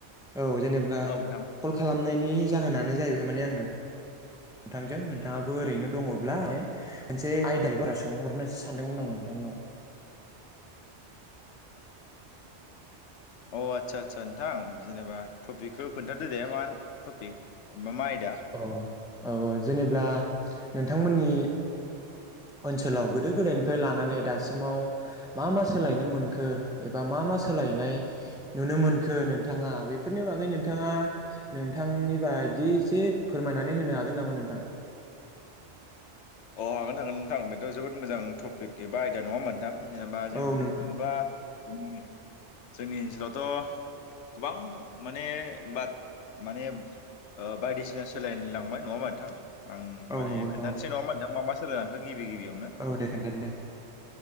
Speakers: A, in the centre; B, on the left.
A: औ जेनेबा
B: औ नोंथां
A: कल खालामनायनि जाहोनानो जाहैबाय माने आंङो <inaudible> नोंथांजों नोंथाङाबो ओरैनो दङब्ला माने मोनसे आयदाय बारा सोंहरनोसो सानदोंमोन आं नोंथांनाव। <inaudible>
B: अ' आदसा आदसा नोंथां जेनेबा टपिकखौ खोन्थादो दे मा टपिक एबा मा आय
A: अ' औ औ जेनेब्ला नोंथांमोननि ओनसोलाव गोदो गोदायनिफ्राय लानानै दासिमाव मा मा सोलायनो मोनखो एबा मा मा सोलायनाय नुनो मोनखो नोंथाङा बेफोरनि बागै नोंथाङा नोंथांनि बायदि एसे फोरमायनानै होनो हागोन नामा नोंथां।
B: अ' हागोन हागोन नोंथां बेथ' जोबोद मोजां टपिक एबा आयदा नङाओमबा नोंथां। जेनेबा जों
A: औ
B: बुंनो
A: नों
B: थाङोब्ला जोंनि ओनसोलावथ' गोबां माने बा माने बायदिसिना सोलायलांबाय नङा होमबा नोंथां? आं
A: औ
B: माने
A: नंगौ नोंथां
B: खोनथानोसै
A: औ
B: नङा होनबा नोंथां मा मा सोलायलांखो गिबि गिबियावनो
A: औ दे खोन्थानो दे।